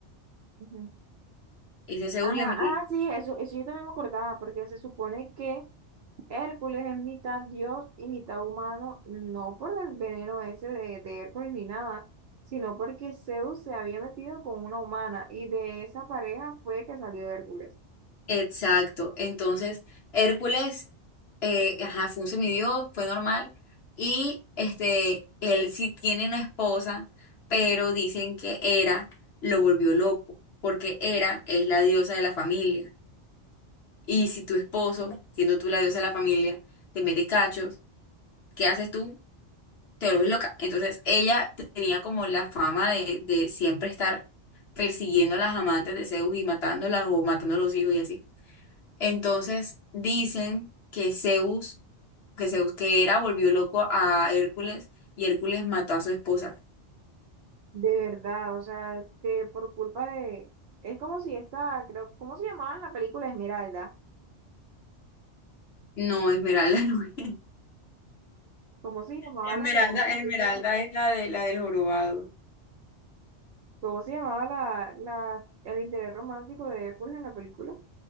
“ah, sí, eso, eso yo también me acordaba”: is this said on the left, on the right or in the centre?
Right